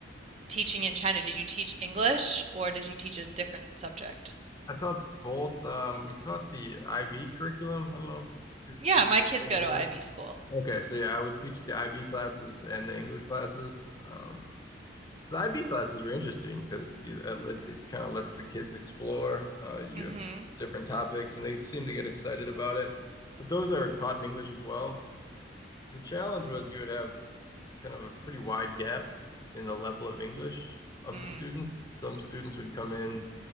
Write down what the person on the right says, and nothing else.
teaching in China, did you teach English or did you teach a different subject?
Yeah,
my kids
go to IB school.
Mm-hmm.
Mm,